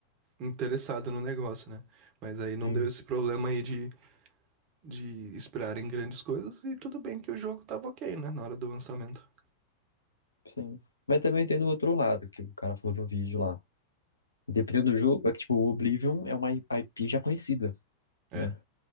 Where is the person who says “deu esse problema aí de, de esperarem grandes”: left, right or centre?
Right